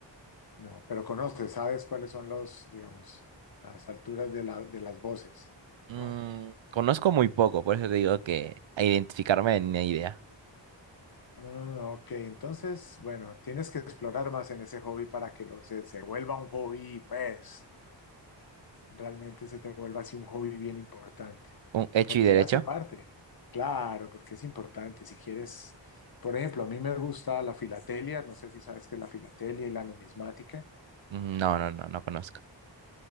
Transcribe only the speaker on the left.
No, pero conoces, sabes cuáles son los, digamos, las alturas de la- de las voces,
¿no?
Ah, ok, entonces, bueno, tienes que explorar más en ese hobby para que lo, se, se vuelva un hobby, pues, realmente se te vuelva así un hobby bien importante,
porque
hace parte, claro, porque es importante. Si quieres, por ejemplo, a mí me gusta la filatelia, no sé si sabes qué es la filatelia y la numismática.